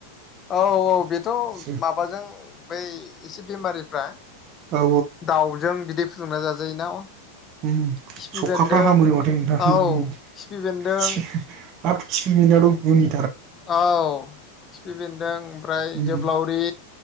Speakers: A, on the left; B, on the right.
A: औ औ बेथ'
B: जो
A: माबाजों बै एसे बेमारिफ्रा
B: औ
A: दाउजों बिदि फुदुंना जाजायोना
B: ओम
A: खिफि
B: सौखाफ्रा
A: बेन्दों
B: हामो माथो नोंथां
A: औ
B: ओम
A: खिफि बेन्दों
B: <unintelligible> हाब खिफि बेनदोंआथ' गुनि
A: औ खिफि बेन्दों ओमफ्राय
B: उम
A: जोब्लावरि